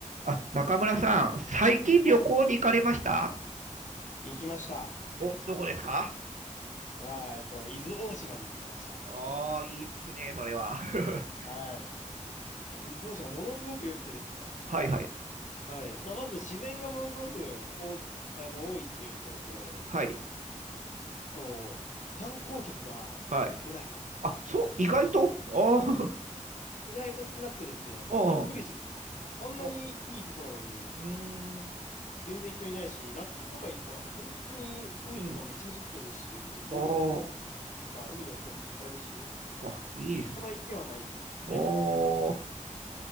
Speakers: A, on the right; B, on the left.
A: あ、中村さん、最近旅行に行かれました
B: はい。行きました。
A: お、どこですか
B: は、えっと、伊豆大島に行ってきました。
A: ああー、いいっすね、それは。<laughs>
B: はい。伊豆大島ものすごく良くてですね。
A: はいはい。
B: はい。まあ、まず自然がものすごく多、あの、多いっていうところと、
A: はい。
B: そう観光客が少ない。
A: はい。あ、そう、意外とあー
B: 意外と少なくてですね、
A: <laughs> あー、
B: びっくりして、あんなにいいとこなのに、
A: お、うーん、
B: 全然人いないし、夏とか行ったらもう本当に海とかめちゃめちゃ綺麗ですし、
A: うん。
B: 動物も、
A: おー、
B: まあ海の生物もいっぱいいるし、
A: あ、いいっす。
B: 行かない手はないレベルですごい。
A: おー、